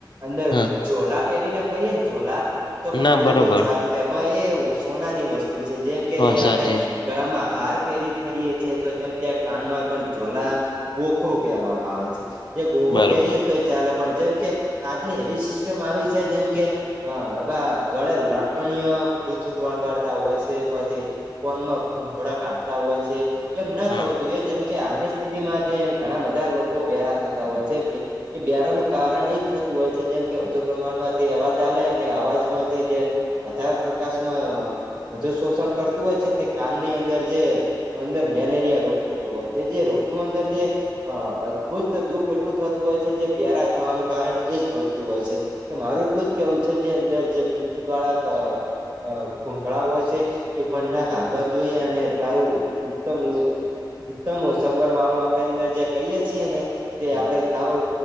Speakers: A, on the right (about 55°); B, on the left (about 80°).
A: અંદર
B: હા
A: ઝોલા પહેરીને ફરીએ ને ઝોલા તો પણ
B: ના
A: બિલકુલ
B: બરોબર
A: સારું તો એમાં એવું સોનાની વસ્તુ છે જેમ કે
B: હા
A: એ આપડે
B: સાચી
A: ગળામાં હાર પહેરી ફરીએ છેએ તો તેમ ત્યાં કાનમાં પણ ઝોલા ગોખરું પહેરવામાં આવે છે જે ગોખરું
B: બરોબર
A: પહેરીએ તો ચાલે પણ જેમ કે આજની એવી સિસ્ટમ આવી છે જેમ કે હા એવે ગળે લટકણીય છૂત વળગાડતા હોય છે પછી ફોનમાં કૂભળ કાઢતા હોય છે. એમ ન
B: હમ
A: થવું જોઈએ જેમ કે હાલની સ્થિતિમાં જે ઘણા બધા લોકો બેરા થતા હોય છે. એ બ્યારાનું કારણ એજ થતું હોય છે જેમ કે વધુ પ્રમાણમાંથી અવાજ આવેલે અને અવાજમાંથી જે વધારે પ્રકાશમાં વધુ શોષણ કરતું હોય છે તે કાનની અંદર જે અંદર મેલેરિયા રોગ થતો હોય છે જે રોગનું અંદર જે હા અદભુત દુઃખ એટલું થતું હોય છે જે બ્યારા થવાનું કારણ એજ ભણતું હોય છે. કે મારું એટલું જ કેવું છે જે અંદર જે બ્લુથુથ વાળા અ કૂભળા હોય છે એ પણ ના ગાલવા જોઈએ અને સારું ઉત્તમ ઉત્તમ હો સગવડ વાળું આપે અંદર જે કહીએ છીએ ને તે
B: હમ
A: આપડે સારો